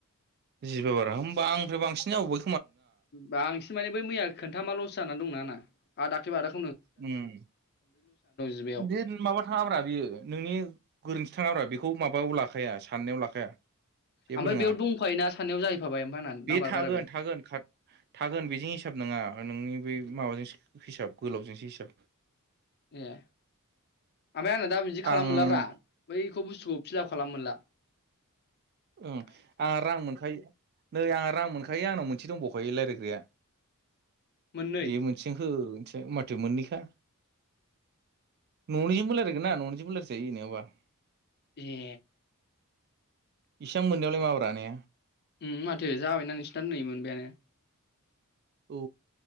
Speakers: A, on the right; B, on the left.
A: जिबा बार होमबा आंनिफ्राय बांसिन जाबाव
B: बांसिन माने बै मैया खोन्थामा लस जानानै दंना आंना । <unintelligible>
A: उम
B: जिबायाव
A: बे माबा थाङाब्रा बियो नोंनि गोरोन्थि थाङाब्रा बेखौ माबायाव लाखाया साननायाव लाखाया । जेबो
B: ओमफ्राय
A: नोङा
B: बेयाव दंफायोना सानैयाव जाहैफाबाय ओमफ्राय आंना
A: बे
B: नाम्बार
A: थागोन
B: बारायबाय
A: थागोन खाद थागोन बेजों हिसाब नङा नोंनि बे माबाजोंसो हिसाब गोलावजों जिसा
B: ए ओमफ्राय आंना दा बिदि खालामनो
A: आं
B: मोनलाब्रा बैखौ बुस्थुखौ फिलाब खालामनो मोनला ।
A: उम आंहा रां मोनखायो नै आंहा रां मोनखायो आंनाव मोनसे दंबावखायो रायलाय ग्राया
B: मोननै
A: बे मोनसेजों हो थि माथो मोननैखा ननिजोंबो रायलायगोनना ननिजोंबो रायजायो जेनबा ।
B: ए
A: इसां मोननायावलाय माब्र ने?
B: उम माथो जाबायना नोंसोरना नै मोनबायानो ।
A: औ